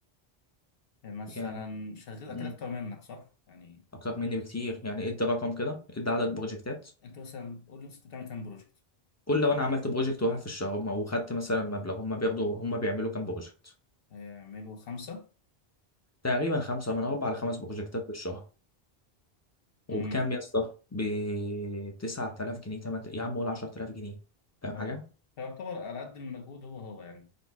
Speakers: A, on the left; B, on the left.
A: يعني مثلا
B: يعني
A: شغال
B: مم،
A: اكيد اكتر منك صح يعني
B: اكتر مني بكتير يعني ادي رقم كده ادي عدد بروجكتات
A: انت مثلا قول لي مثلاً انت بتعمل كام بروجكت
B: قول لو انا عملت بروجكت واحد في الشهر وما- وخدت مثلا مبلغ هم بياخدوا هم بيعملوا كام بروجكت
A: هيعملوا خمسه
B: تقريبا خمسه من اربع لخمس بروجكتات في الشهر وبكام
A: امم
B: يا اسطى ب 9000 جنيه 8 يا عم قول 10000 جنيه فاهم
A: اه
B: حاجه
A: فيعتبر على قد المجهود هو هو يعني